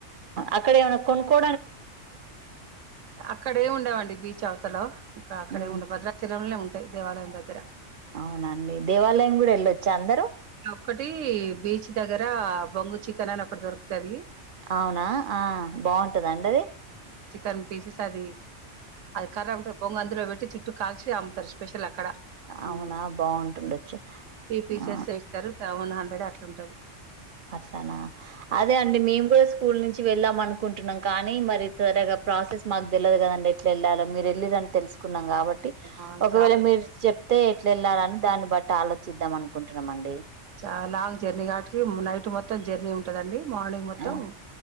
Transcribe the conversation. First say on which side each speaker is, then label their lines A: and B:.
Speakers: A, on the right; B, on the right.
A: అక్కడే ఏమన్న కొనుకో
B: అక్కడ ఏం ఉండవండి బీచ్ అవతలో ఇంకా అక్కడేముండవు
A: ఉమ్
B: భద్రాచలంల్నే ఉంటయి దేవాలయం దగ్గర
A: అవునా అండి దేవాలయం గుడా ఎళ్ళొచ్చా అందరు
B: ఒకటి బీచ్ దగ్గర బొంగు చికెన్ అని ఒకటి దొరుకుతది
A: అవునా ఆ బాగుంటదాండి అది
B: చికెన్ పీసెస్ అది అది కర్ర ఉంటది బొంగు అందులో పెట్టి చుట్టూ కాల్చి అమ్ముతరు స్పెష షల్ అక్కడ ఆ
A: అవునా బాగుంటుండొచ్చు
B: త్రీ పీసస్
A: ఆ
B: తరు సెవన్ హండ్రెడ్ అట్లా ఉంటది
A: అట్లానా అదే అండి మేము గుస్ స్కూల్ నుంచి వెళ్ళామ అనుకుంటున్నాం కానీ మరి త్వరగా ప్రాసెస్ మాకు తెలవదు కదండి ఎట్లా ఎళ్ళాలో మీరు ఎళ్ళీర్రాని తెలుసు కున్నాం కాబట్టి
B: ఆ
A: ఒకవేళ
B: చాలా
A: మీరు చెప్తే ఎట్ల ఎళ్ళారని దాని బ అంటే ఆలోచిద్దాం అనుకుంటున్నామండి
B: చాలా లాంగ్ జర్నీ కావట్టికి నైట్ మొత్తం జర్నీ ఉంటదండి. మార్నింగ్ మొత్తం
A: ఆ